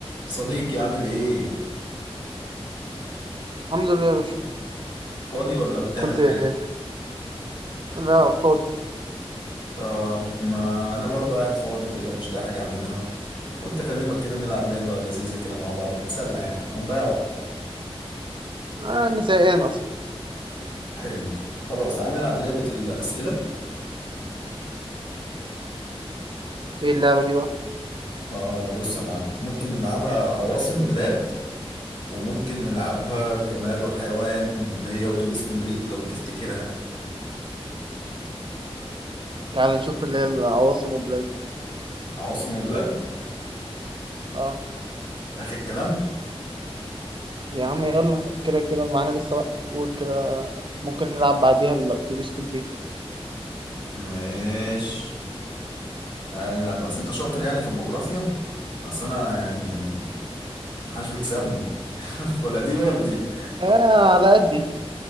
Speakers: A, on the left; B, on the right.
A: صديقي عامل ايه
B: الحمد لله يا باشا
A: فاضي ولا بتعمل
B: كنت
A: حاجة
B: زي... لا فاضي
A: طب ما انا برضو قاعد فاضي كده ومش لاقي حاجة اعملها قلت اكلمك كده نلعب لعبة لذيذة كده مع بعض نتسلى يعني هنضيع وقت
B: انا زهقان اصلا
A: حلو خلاص تعالى نلعب لعبة الأسئلة
B: ايه اللعبه دي بقى
A: آه بص يا معلم ممكن نلعبها عواصم بلاد وممكن نلعبها جماد وحيوان اللي هي أوتوبيس كومبليت لو تفتكرها
B: تعال نشوف اللي هي العواصم والبلاد
A: عواصم وبلاد
B: اه
A: آخر كلام
B: يا عم يلا كده كده معانا لسه وقت قول كده ممكن نلعب بعديها الاتوبيس كومبليت
A: ماشي تعالى نلعب بس أنت شاطر يعني في الجغرافيا أصل أنا يعني محدش بيكسبني <laughs> ولا دي ولا في دي
B: اه على قدي